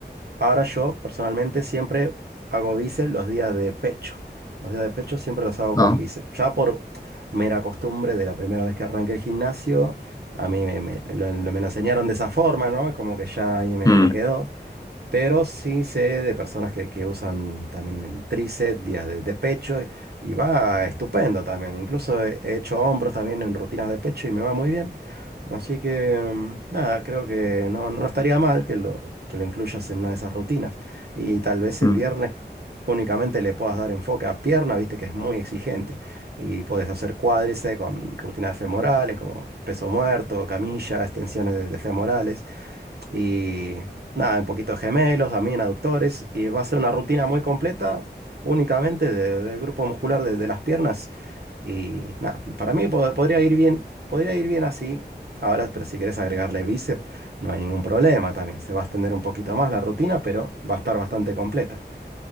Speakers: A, on the right; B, on the left.
A: ahora yo personalmente siempre hago bíceps los días de pecho. Los días de pecho siempre los hago
B: no.
A: con bíceps. Ya por mera costumbre de la primera vez que arranqué el gimnasio, a mí me, me- lo, lo- me lo enseñaron de esa forma, ¿no? Como que ya ahí me
B: Mm,
A: me quedó. Pero sí sé de personas que, que usan también tríceps, días de, de pecho y, y va estupendo también. Incluso he, he hecho hombros también en rutinas de pecho y me va muy bien. Así que mm, nada, creo que no, no estaría mal que lo, que lo incluyas en una de esas rutinas. Y tal vez
B: mm.
A: el viernes únicamente le puedas dar enfoque a pierna, viste que es muy exigente. Y puedes hacer cuádriceps con rutinas femorales como peso muerto, camilla, extensiones de de femorales. Y nada, un poquito de gemelos, también aductores. Y va a ser una rutina muy completa, únicamente de, de grupo muscular de, de las piernas. Y nada, para mí pod- podría ir bien, podría ir bien así. Ahora, pero si quieres agregarle bíceps, no hay ningún problema también. Se va a extender un poquito más la rutina, pero va a estar bastante completa.